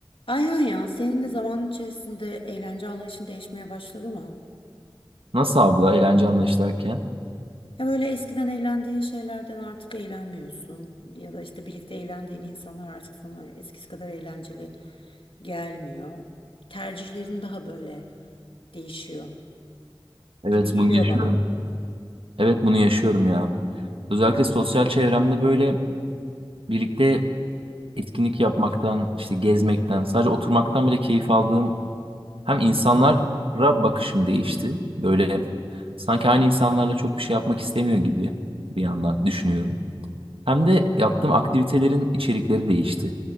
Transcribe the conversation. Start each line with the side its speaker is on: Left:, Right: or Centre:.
Left: Aynen ya senin de zaman içerisinde eğlence anlayışın değişmeye başladı mı?
Right: Nasıl abla eğlence anlayışlarken?
Left: Ya böyle eskiden eğlendiğin şeylerden artık eğlenmiyorsun ya da işte birlikte eğlendiğin insanlar artık sana eskisi kadar eğlenceli gelmiyor. Tercihlerin daha böyle değişiyor
Right: Evet
Left: gibi
Right: bunu
Left: geliyor
Right: yaşıyorum.
Left: bana.
Right: Evet bunu yaşıyorum ya. Özellikle sosyal çevremde böyle birlikte etkinlik yapmaktan, işte gezmekten, sadece oturmaktan bile keyif aldığım hem insanlara bakışım değişti. Böyle sanki aynı insanlarla çok bir şey yapmak istemiyor gibi bir yandan düşünüyorum. Hem de yaptığım aktivitelerin içerikleri değişti.